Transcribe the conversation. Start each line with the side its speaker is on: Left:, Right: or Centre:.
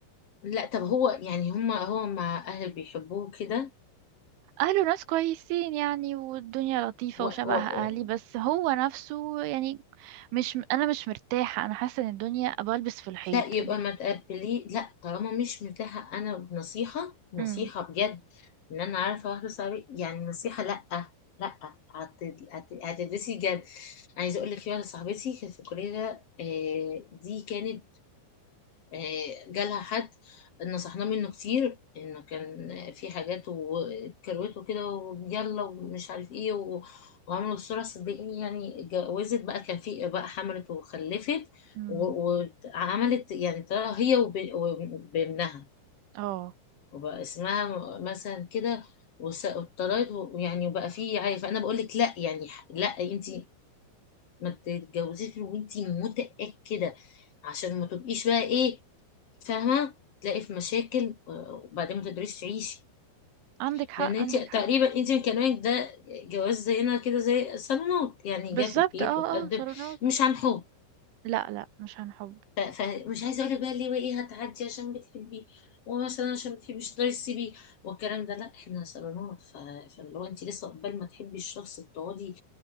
Left: لا طب هو يعني هم هو مع اهل بيحبوه كده
Right: أهله ناس كويسين يعني والدنيا لطيفة
Left: و...
Right: وشبه
Left: و... و...
Right: أهلي بس هو نفسه يعني مش أنا مش مرتاحة أنا حاسة إن الدنيا بلبس في الحيط
Left: لا يبقى ما تقبليه لا طالما مش متاحة انا بنصيحة نصيحة
Right: امم
Left: بجد ان انا عارفة اخلص عليه يعني نصيحة لا لا هت- هت- هتدرسي جد عايزة اقول لك في واحدة صاحبتي كانت في الكلية آه، دي كانت آه، جالها حد نصحناه منه كتير انه كان في حاجات وكروت وكده ويلا ومش عارف ايه و- وعملوا الصورة صدقيني يعني اتجوزت بقى كان في بقى حملت وخلفت
Right: امم
Left: و- وعملت يعني طلع هي وب- وبابنها
Right: اه
Left: وبقى اسمها مثلا كده وس- وطلعت و- يعني وبقى في عارف انا بقول لك لا يعني ح- لا انت ما تتجوزيش وانت متأكدة عشان ما تبقيش بقى ايه فاهمه تلاقي في مشاكل آه، وبعدين ما تقدريش تعيشي
Right: عندك حق
Left: لان انت
Right: عندك
Left: تقريبا
Right: حق
Left: انت من كلامك ده جواز زينا كده زي صالونات يعني
Right: بالظبط
Left: جه في البيت
Right: اه
Left: وتقدم
Right: اه صالونات
Left: مش عن حب
Right: لأ لأ مش هنحب
Left: ف- فمش عايزه اقول لك بقى ليه وايه هتعدي عشان بتحبيه ومثلا عشان بتحبيش تقدري تسيبيه والكلام ده لا احنا صالونات ف... فاللي هو انت لسه قبل ما تحبي الشخص بتقعدي